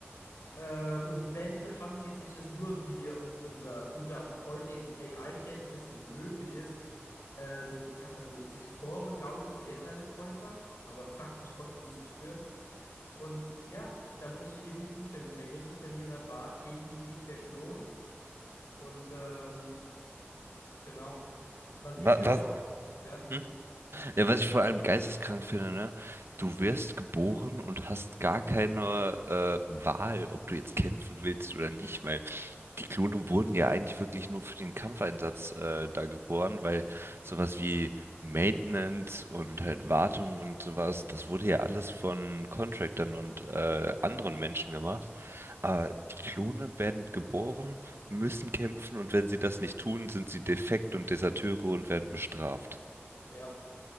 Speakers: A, on the left (about 75°); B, on the right (about 60°).
A: Äh, und wenn, haben sie sich es nur, wie unser unter heutigen AI-Kenntnissen möglich ist, äh, so geta also sich vorgegaukelt, sie hätten eine Freundschaft, aber faktisch konnten sie es nicht führen. Und ja, da muss ich dir definitiv zustimmen. Der größte Verlierer war definitiv der Klon. Und ähm, genau, man
B: Was,
A: sieht ja
B: was?
A: auch,
B: Ja,
A: ja,
B: Hm?
A: du,
B: Ja, was ich vor allem geisteskrank finde, ne? Du wirst geboren und hast gar keine äh, Wahl, ob du jetzt kämpfen willst oder nicht, weil die Klone wurden ja eigentlich wirklich nur für den Kampfeinsatz äh, da geboren, weil sowas wie Maintenance und halt Wartung und sowas, das wurde ja alles von Contractern und äh, anderen Menschen gemacht. Aber die Klone werden geboren, müssen kämpfen und wenn sie das nicht tun, sind sie defekt und Deserteure und werden bestraft.
A: ja,